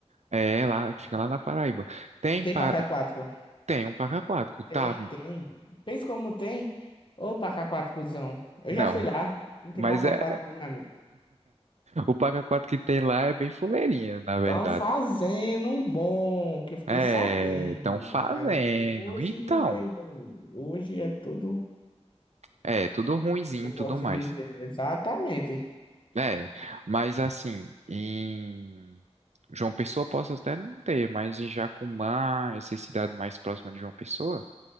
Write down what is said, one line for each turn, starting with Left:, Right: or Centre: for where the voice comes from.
Right: É, lá, fica lá na Paraíba. Tem,
Left: Tem
Right: pa...
Left: pra cá quatro.
Right: tem um parque aquático,
Left: Tem,
Right: tá?
Left: tem. Pensa como tem. Ô, Paca 4, cuzão. Eu
Right: Não,
Left: já fui lá. Não tem
Right: mas
Left: Paca
Right: é.
Left: 4, não, meu amigo.
Right: O parque aquático que tem lá é bem fuleirinha, na
Left: Estão
Right: verdade.
Left: fazendo um bom, que eu fiquei
Right: É,
Left: sabendo.
Right: estão fazendo.
Left: Mas hoje
Right: Então,
Left: não tem bom. Hoje é tudo
Right: é, tudo ruinzinho
Left: o que eu
Right: e
Left: posso
Right: tudo mais.
Left: dizer. Exatamente.
Right: É, mas assim, em João Pessoa posso até não ter, mas em Jacumã, essa cidade mais próxima de João Pessoa,